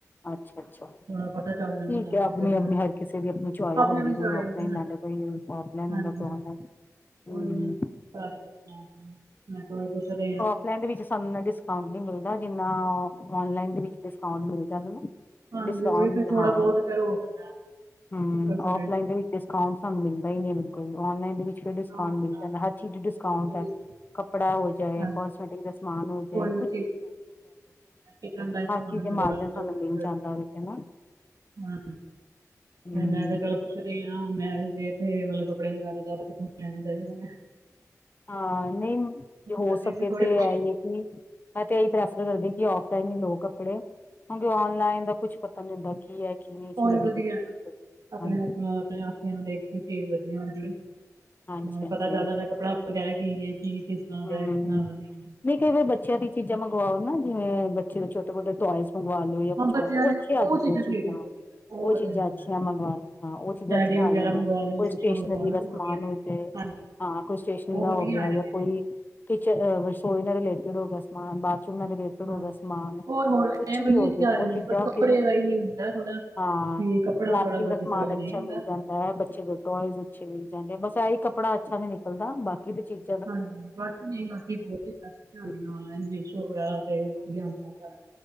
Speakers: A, on the left; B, on the right.
A: ਅੱਛਾ -ਅੱਛਾ
B: ਥੋੜਾ
A: ਠੀਕ
B: ਪਤਾ ਚੱਲ ਜਾਂਦਾ
A: ਹੈਂ,
B: ਨਾਲੇ
A: ਆਪਣੀਂ
B: ਤੇ ਫਿਰ
A: -ਆਪਣੀਂ ਹਰ ਕਿਸ਼ੇ ਦੀ ਆਪ ਚਾਇਸ
B: ਆਪਣੇ
A: ਹੁੰਦੀ
B: ਵੀ ਚਾਹੀਦੇ
A: ਕੋਈ ਔਫਲਾਈਨ
B: ਹਨ
A: ਲੈਂਦਾ। ਕੋਈ ਔਫਲਾਈਨ
B: ਹਾਂਜੀ
A: ਲੈਂਦਾ ਕੋਈ
B: ਹਾਂ
A: ਔਨਲਾਈਨ।
B: ਕੋਈ
A: ਹੂੰ
B: ਨੀ ਕਰਾਏ ਦਾ ਆਪਣਾਂ -ਆਪਣਾਂ, ਮੈਂ ਤਾਂਹੀ ਪੁੱਛ ਦੇ ਆ।
A: ਦੁਕਾਨ ਦੇ ਵਿੱਚ ਸਾਨੂੰ ਏਨਾਂ ਡਿਸਕਾਉਂਟ ਨੀ ਮਿਲਦਾ, ਜਿੰਨਾਂ ਔਨਲਾਈਨ ਦੇ ਵਿੱਚ ਡਿਸਕਾਉਂਟ ਮਿਲ਼ ਜਾਂਦਾ ਨਾਂ
B: ਹਾਂਜੀ
A: ਡਿਸਕਾਉਂਟ
B: ਉਹੀ ਫਿਰ ਥੋੜਾ
A: ਹਾਂ,
B: ਬਹੁਤ ਫਿਰ ਹੋ ਜਾਂਦਾ
A: ਹੂੰ
B: ਉੱਪਰ ਥੱਲੇ
A: ਔਫਲਾਈਨ
B: ਮਤਲਬ
A: ਦੇ ਵਿੱਚ ਡਿਸ -ਕਾਉਟ ਸਾਨੂੰ ਮਿਲ਼ਦਾ ਹੀ ਨੀਂ ਬਿਲਕੁੱਲ ਵੀ, ਔਨਲਾਈਨ ਦੇ ਵਿ ਚ ਡਿਸਕਾਉਂਟ
B: ਨਾ
A: ਮਿਲ਼
B: ਨਾ
A: ਜਾਂਦਾ, ਹਰ ਚੀਜ਼ ਤੇ ਡਿਸਕਾਊਂਟ
B: ਬਿਲਕੁਲ
A: ਆ
B: ਵੀ ਨਹੀਂ
A: ਕੱਪੜਾਂ ਹੋ ਜਾਏਂ,
B: ਹਾਂਜੀ
A: ਕਾਸਮੈਟਿਕ ਦਾ ਸ ਸਮਾਨ ਹੋ ਜਾਏਂ।
B: ਕੋਈ ਵੀ ਕਿਚਨ ਦਾ ਸਮਾਨ
A: ਹਰ ਚੀਜ਼ ਦੇ ਮਾਰਜਨ
B: ਵਗ਼ੈਰਾ
A: ਸਾਨੂੰ ਮਿਲ ਜਾਂਦਾ
B: <unintelligible>
A: ਉਹਦੇ ਚ ਨਾ
B: ਹੂੰ
A: ਹੂੰ
B: ਮੈਂ ਕਿਹਾਂ ਚਲੋਂ। ਪੁੱਛਦੇ ਆ ਮੈਰਿਜ ਦੇ ਤੇ ਮੱਤਲਬ ਕੱਪੜੇ ਵਗ਼ੈਰਾ ਜ਼ਿਆਦਾ ਦੇਖੋਂ ਲੈਣੇ ਚਾਹੀਦੇ ਨੇ।
A: ਹਾਂ, ਨਹੀਂ ਹੋ
B: ਕਰਦੀ
A: ਸਕੇ
B: ਸੀ ਥੋੜੀ
A: ਤੇ
B: ਬਹੁਤ
A: ਆਈਏਂ। ਮੈਂ ਤੇ ਇਹੀ ਪ੍ਰੈਫਰ ਕਰਦੀਂ ਕਿ ਔਫਲਾਈਨ ਹੀ ਲਓ ਕੱਪੜੇ ਕਿਉਂਕਿ ਔਨਲਾਈਨ ਦਾ ਕੁੱਛ ਪਤਾ ਨੀ ਹੁੰਦਾ ਕੀ ਹੈ ਕੀ ਨਹੀਂ
B: ਭਾਵੇਂ
A: ਚੀਜ਼ ਨਿਕਲੇਗੀ
B: ਵਧੀਆਂ ਨਾ
A: ਵਿੱਚੋਂ ਦੀ
B: ਆਪਣੇ
A: ਹਾਂਜੀ
B: ਹੱਥ ਨਾਲ ਆਪਣੇ ਅਖੀਆਂ ਨਾਲ਼ ਦੇਖ ਕੇ ਚੀਜ਼ ਵਧੀਆਂ ਹੁੰਦੀ ਏਂ,
A: ਹਾਂਜੀ
B: ਨਾਲ਼ੇ
A: ਹਾਂਜੀ
B: ਪਤਾਂ ਚੱਲ ਜਾਂਦਾ ਕੱਪੜਾ ਵਗ਼ੈਰਾ ਕੀ ਹੈ ਕੀ ਤਰ੍ਹਾਂ
A: ਹੂੰ,
B: ਦਾ ਹੈ ਕਿਸ ਤਰ੍ਹਾਂ ਦਾ ਹੈ
A: ਨਹੀਂ ਕਈ ਵਾਰੀਂ ਬੱਚਿਆਂ ਦੀ ਚੀਜ਼ਾਂ ਮੰਗਵਾਓ ਨਾ ਜਿਵੇਂ ਬੱਚੇ ਦੇ ਛੋਟੇ ਮੋਟੇ ਟੋਇਜ। ਮੰਗਵਾ ਲੋ ਜਾਂ
B: ਹੁਣ
A: ਕੁੱਛ
B: ਬੱਚਿਆਂ
A: ਮੰਨ ਲੋ ਉਹ
B: ਦੀਆਂ
A: ਅੱਛੇ ਆ ਜਾਂਦੇ
B: ਠੀਕ
A: ਚੀਜ਼ਾਂ,
B: ਨਿਕਲਦੀਆਂ
A: ਉਹ
B: ਵਧੀਆ
A: ਚੀਜ਼ਾਂ
B: ਨਿਕਲਦੀਆਂ
A: ਅੱਛੀਆਂ ਮੰਗਵਾ ਲੈ ਹਾਂ ਉਹ ਚੀਜ਼ਾਂ
B: ਟੈਡੀ
A: ਅੱਛੀਆਂ
B: ਵਗੈਰਾ
A: ਆ ਜਾਂਦੀਆਂ
B: ਮੰਗਵਾ ਲਓ
A: ਕੋਈ
B: ਕੁਛ
A: ਸਟੇਸ਼ਨਰੀ
B: ਮੰਗਵਾ ਲਓ
A: ਦਾ ਸਮਾਨ
B: ਉਹ ਵਧੀਆ ਨੇ
A: ਹੋ ਜਏ
B: ਹਾਂਜੀ
A: ਹਾਂ ਕੋਈ ਸਟੇਸ਼ਨਰੀ
B: ਉਹ
A: ਦਾ
B: ਵਧੀਆ
A: ਹੋ ਗਿਆ
B: ਆ ਜਾਂਦੀਆਂ
A: ਜਾਂ ਕੋਈ ਕਿਚਨ ਰਸੋਈ ਨਾਲ ਰਿਲੇਟੇਡ ਹੋ ਗਿਆ ਸਮਾਨ ਬਾਥਰੂਮ ਨਾਲ ਰਿਲੇਟ ਰਿਲੇਟਡ ਹੋ
B: ਹਾਂ
A: ਗਿਆ ਸਮਾਨ
B: ਹੋਰ ਹੋਰ
A: ਕੁਛ
B: ਐ
A: ਵੀ
B: ਵਧੀਆ
A: ਹੋ
B: ਚੀਜ਼ਾਂ
A: ਜੇ ਉਹ
B: ਆ ਜਾਂਦੀਆਂ
A: ਚੀਜ਼ਾਂ
B: ਬਸ ਕੱਪੜੇ
A: ਫਿਰ
B: ਦਾ ਹੀ ਹੁੰਦਾ ਥੋੜਾ
A: ਹਾਂ
B: ਕਿ ਕੱਪੜਾ
A: ਪਲਾਸਟਿਕ
B: ਥੋੜਾ ਬਹੁਤ
A: ਦਾ
B: ਕਿਸੇ
A: ਸਮਾਨ
B: ਵੇਲੇ
A: ਅੱਛਾ
B: ਨਹੀਂ ਹੁੰਦਾ
A: ਮਿਲ ਜਾਂਦਾ ਹੈ ਬੱਚੇ ਦੇ ਟੋਆਇਜ਼ ਅੱਛੇ ਮਿਲ ਜਾਂਦੇ ਬਸ ਐਹੀ ਕੱਪੜਾ ਅੱਛਾ ਨੀ ਨਿਕਲਦਾ ਬਾਕੀ ਤੇ ਚੀਜ਼
B: ਹਾਂਜੀ ਬਸ ਨਹੀਂ ਬਾਕੀ ਬਹੁਤ ਚ ਆਉ
A: ਹੂੰ,
B: ਆਨਲਾਈਨ ਮੀਸ਼ੋ ਵਗੈਰਾ ਤੇ ਵਧੀਆ ਆਉਦਾ